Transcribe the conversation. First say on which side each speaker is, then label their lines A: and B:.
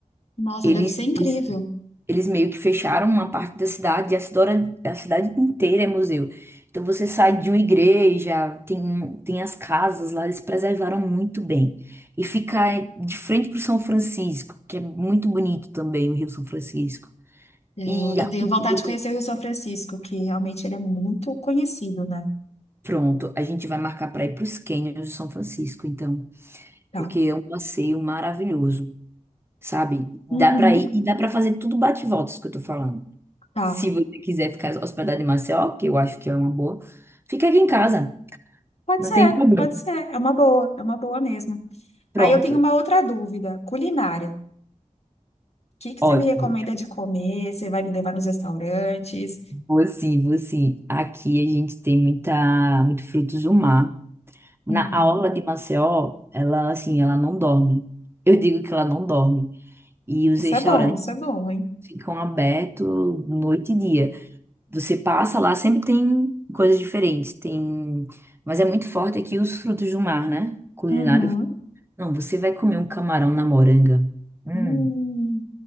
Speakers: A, on the left; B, on the right.
A: nossa,
B: Eles,
A: deve ser incrível.
B: eles, eles meio que fecharam uma parte da cidade e a cidade, a cidade inteira é museu. Então você sai de uma igreja, tem, um, tem as casas lá, eles preservaram muito bem. E fica é, de frente para o São Francisco, que é muito bonito também, o Rio São Francisco.
A: É, Eu,
B: E
A: eu
B: a
A: tenho
B: cultura,
A: vontade de conhecer o Rio São Francisco, que realmente ele é muito conhecido, né?
B: pronto, a gente vai marcar para ir para os cânions de São Francisco, então,
A: Tá.
B: porque é um passeio maravilhoso. sabe?
A: Uhum,
B: Dá pra ir e dá pra fazer tudo bate e volta, isso que eu tô falando.
A: tá.
B: Se você quiser ficar hospedado em Maceió, que eu acho que é uma boa, fica aqui em casa,
A: Pode
B: não
A: ser,
B: tem problema.
A: pode ser. É uma boa, é uma boa mesmo.
B: Pronto,
A: Aí eu tenho uma outra dúvida, culinária. O que que
B: ótimo.
A: você me recomenda de comer? Você vai me levar nos restaurantes?
B: Você, você, aqui a gente tem muita, muito frutos do mar. Na
A: Uhum.
B: a orla de Maceió, ela assim, ela não dorme. Eu digo que ela não dorme. E os
A: Isso
B: restaurantes
A: é bom, isso é bom, hein?
B: ficam abertos noite e dia. Você passa lá, sempre tem coisas diferentes. Tem, mas é muito forte aqui os frutos do mar, né? Culinário.
A: Uhum.
B: Não, você vai comer um camarão na moranga. Hum,
A: Hum.